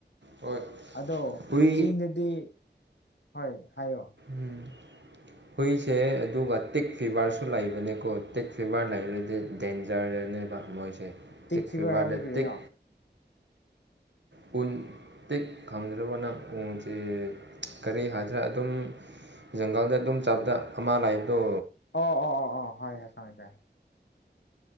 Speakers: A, on the right; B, on the left.
A: ꯍꯣꯏ
B: ꯑꯗꯣ
A: ꯍꯣꯏ ꯍꯣꯏ ꯍꯣꯏ ꯍꯣꯏ ꯍꯨꯏ
B: ꯆꯤꯡꯗꯗꯤ ꯍꯣꯏ ꯍꯥꯏꯌꯣ
A: ꯎꯝ ꯍꯨꯏꯁꯦ ꯑꯗꯨꯒ ꯇꯤꯛ ꯐꯤꯚꯔꯁꯨ ꯂꯩꯕꯅꯦꯀꯣ ꯇꯤꯛ ꯐꯤꯚꯔ ꯂꯩꯔꯗꯤ ꯗꯦꯟꯖꯔꯗꯅꯦꯕ ꯃꯣꯏꯁꯦ ꯇꯤꯛ
B: ꯐꯤꯚꯔ
A: ꯐꯤꯚꯔꯗ
B: ꯍꯥꯏꯕꯗꯤ ꯀꯔꯤꯅꯣ
A: ꯇꯤꯛ ꯄꯨꯟꯇꯤꯛ ꯈꯪꯗ꯭ꯔꯕꯅ ꯎꯁꯦ ꯀꯔꯤ ꯍꯥꯏꯗ꯭ꯔꯥ ꯑꯗꯨꯝ ꯖꯪꯒꯜꯗ ꯑꯗꯨꯝ ꯆꯕꯗ ꯑꯃ ꯂꯩꯕꯗꯣ
B: ꯑꯣ ꯑꯣ ꯑꯣ ꯑꯣ ꯍꯥꯏ ꯇꯥꯏ ꯇꯥꯏ